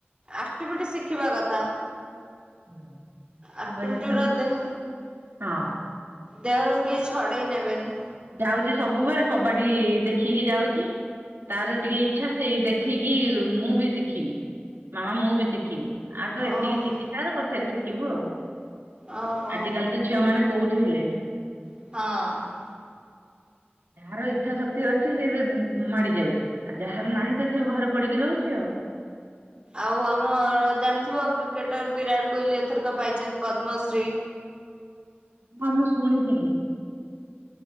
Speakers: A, on the right; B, on the right.
A: ଆକ୍ଟିଭିଟି ଶିଖିବା କଥା।
B: ହୁଁ ନୂଆ
A: ଆକ୍ଟିଭିଟି
B: ଜିନିଷ
A: ଗୁରା
B: କିଛି
A: ଦେହ
B: ଶିଖିଲେ ହଁ।
A: ଦେହରୁ କେହି ଛଡେଇ ନେବେନି।
B: ଯାଉଚି ସବୁବେଳେ କବାଡି ଦେଖିକି ଯାଉଚି ତାର ଟିକେ ଇଚ୍ଛା ସେଇ ଦେଖି ଦେଖିକି ମୁଁ ବି ଶିଖିବି ମାମା ମୁଁ ବି ଶିଖିବି। ଆଗ ଏତିକି
A: ଓହୋ।
B: ଶିଖି ସାର ପଛରେ ଶିଖିବୁ ଆଉ।
A: ଆଉ ହଁ।
B: ଆଜିକାଲି ଝିଅ ମାନେ କୋଉଠି ହେଲେଣି।
A: ହଁ।
B: ଯାହାର ଇଚ୍ଛା ଶକ୍ତି ଅଛି ସେ ବି ମାଡି ଯାଉଛି ଆଉ ଯାହାର ନାହିଁ ତ ସେ ଘରେ ପଡିକି ରହୁଛି ଆଉ।
A: ଆଉ ଆମର ଜାଣିଥିବ କ୍ରିକେଟର ବିରାଟ କୋଇଲି ଏଥରକ ପାଇଛନ୍ତି ପଦ୍ମଶ୍ରୀ।
B: ହଁ ମୁଁ ଶୁଣିଥିଲି।